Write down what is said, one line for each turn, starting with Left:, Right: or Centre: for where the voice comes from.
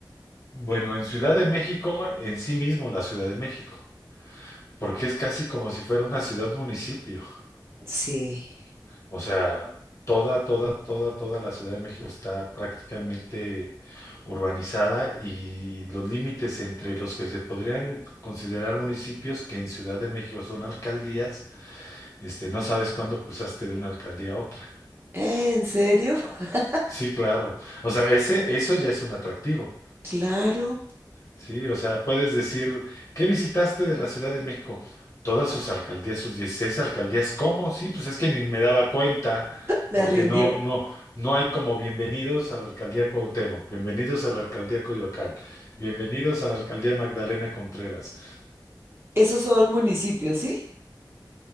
Left: Bueno, en Ciudad de México, en sí mismo la Ciudad de México, porque es casi como si fuera una ciudad-municipio.
Right: Sí.
Left: O sea, toda, toda, toda, toda la Ciudad de México está prácticamente urbanizada y los límites entre los que se podrían considerar municipios, que en Ciudad de México son alcaldías, este, no sabes cuándo cruzaste de una alcaldía a otra.
Right: ¿En serio? <laughs>
Left: Sí, claro. O sea, ese, eso ya es un atractivo.
Right: Claro,
Left: Sí, o sea, puedes decir, ¿qué visitaste de la Ciudad de México? Todas sus alcaldías, sus 16 alcaldías. ¿Cómo? Sí, pues es que ni me daba cuenta,
Right: me
Left: porque
Right: rindió.
Left: no, no, no hay como bienvenidos a la alcaldía Cuauhtémoc, bienvenidos a la alcaldía Coyoacán, bienvenidos a la alcaldía Magdalena Contreras.
Right: Esos son municipios, ¿sí?